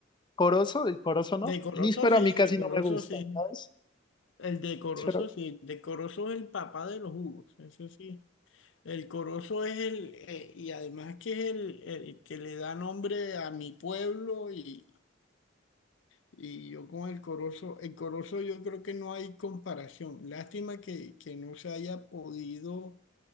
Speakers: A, on the left; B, on the left.
A: ¿Corozo? ¿Y corozo no?
B: decoroso
A: Níspero
B: sí,
A: a mí casi
B: decoroso
A: no me gusta,
B: sí.
A: ¿sabes?
B: El decoroso
A: Pero,
B: sí. Decoroso es el papá de los jugos, eso sí. El corozo es el, eh, y además que es el, el que le da nombre a mi pueblo y, y yo con el corozo, el corozo yo creo que no hay comparación. Lástima que, que no se haya podido